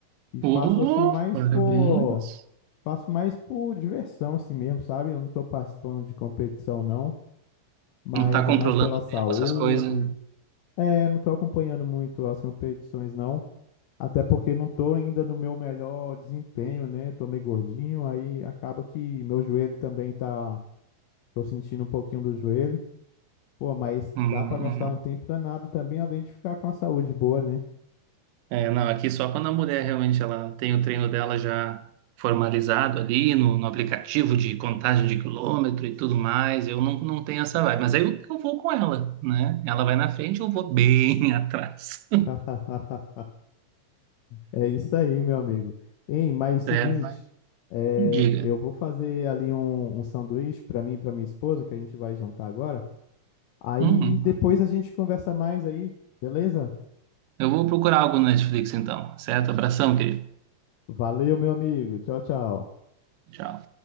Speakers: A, on the left; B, on the right.
A: e
B: Oh,
A: faço assim mais
B: parabéns.
A: por. Faço mais por diversão assim mesmo, sabe? Eu não tô participando de competição não, mas
B: Não tá controlando
A: é mais pela
B: o
A: saúde.
B: tempo, essas coisas.
A: É, não tô acompanhando muito as competições não, até porque não tô ainda no meu melhor desempenho, né? Tô meio gordinho, aí acaba que meu joelho também tá, tô sentindo um pouquinho do joelho. Pô, mas
B: Hum,
A: dá pra gastar
B: hum.
A: um tempo danado também, além de ficar com a saúde boa, né?
B: É, não, aqui só quando a mulher realmente ela tem o treino dela já formalizado ali no, no aplicativo de contagem de quilômetro e tudo mais, eu não, não tenho essa vibe. Mas aí eu, eu vou com ela, né? Ela vai na frente, eu vou bem <laughs> atrás.
A: <laughs> É isso aí, meu amigo. Hein, mas é o seguinte,
B: Certo?
A: é,
B: Diga.
A: eu vou fazer ali um, um sanduíche para mim e para minha esposa, que a gente vai jantar agora. Aí
B: Uhum.
A: depois a gente conversa mais aí, beleza?
B: Eu vou procurar algo no Netflix então, certo? Abração, querido.
A: Valeu, meu amigo. Tchau, tchau.
B: Tchau.